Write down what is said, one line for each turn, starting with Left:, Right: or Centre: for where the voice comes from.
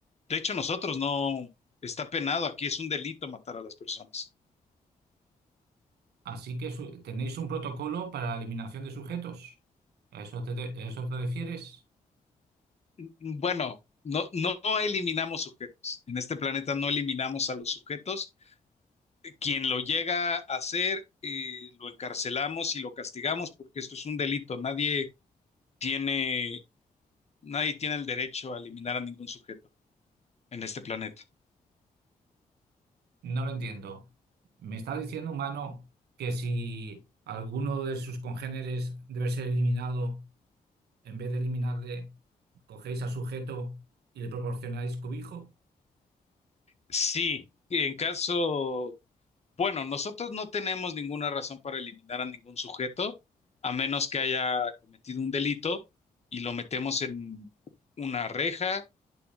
Left: De hecho, nosotros no está penado aquí, es un delito matar a las personas.
Right: Así que su- tenéis un protocolo para la eliminación de sujetos. ¿A eso te, te- a eso te refieres?
Left: Bueno, no, no eliminamos sujetos. En este planeta no eliminamos a los sujetos Quien lo llega a hacer, eh, lo encarcelamos y lo castigamos porque esto es un delito. Nadie tiene, nadie tiene el derecho a eliminar a ningún sujeto en este planeta.
Right: No lo entiendo. ¿Me está diciendo, humano, que si alguno de sus congéneres debe ser eliminado, en vez de eliminarle, cogéis al sujeto y le proporcionáis cobijo?
Left: Sí, en caso, bueno, nosotros no tenemos ninguna razón para eliminar a ningún sujeto, a menos que haya cometido un delito y lo metemos en una reja